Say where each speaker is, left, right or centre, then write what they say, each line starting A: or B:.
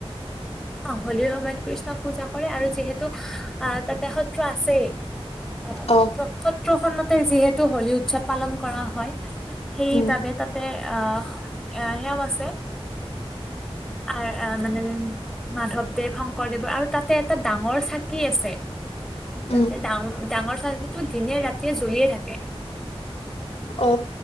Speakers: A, in the centre; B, on the left (about 75°).
A: অ হোলীৰ সময়ত কৃষ্ণক পূজা কৰে আৰু যিহেতু আহ তাতে সত্ৰ আছেই। সত
B: অ
A: সত্ৰখন যিহেতু হোলী উৎসৱ পালন কৰা হয়। সেইবাবে
B: উম
A: তাতে অহ সেয়াও আছে। আ মানে মাধৱদেৱ, শংকৰদেৱৰ আৰু তাতে এটা ডাঙৰ চাকি আছে।
B: উম
A: ততে ডাঙৰ ডাঙৰ চাকিটো দিনে ৰাতিয়ে জ্বলিয়ে থাকে।
B: অ